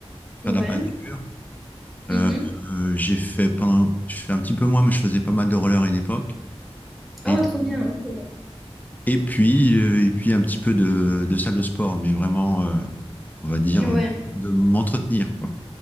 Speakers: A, on the left; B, in the centre.
A: faire
B: Ouais.
A: de la peinture.
B: Mhm.
A: Euh, euh, j'ai fait pendant, je fais un petit peu moins, mais je faisais pas mal de roller à une époque. Et
B: Oh
A: puis,
B: trop bien. ok.
A: et puis, euh, et puis un petit peu de, de salle de sport, mais vraiment, euh, on va dire,
B: Ouais.
A: euh, question de m'entretenir, quoi.